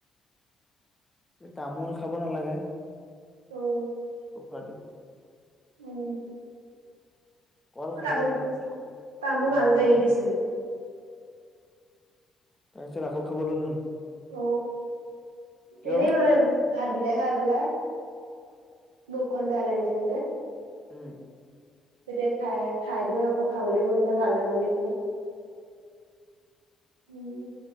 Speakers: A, on the left; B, on the right.
A: তামোল খাব নালাগে।
B: উম।
A: <inaudible>
B: উম।
A: কল
B: মই
A: খাব
B: তামোল
A: লাগে মানুহ
B: তামোল
A: ৰাজি
B: মাজতে
A: কৰ
B: এৰি দিছিলো।
A: তাৰপিছত আকৌ খাব ল'লে নে।
B: অ এনেই
A: বা
B: মানে ভাতকেইটা খাই পেলাই। মুখ খন বেয়া লাগি থাকে যে।
A: উম
B: তেতিয়া খাই খাই দিওঁ আকৌ খাবলৈ মন ভালদামন লখিলে। উম।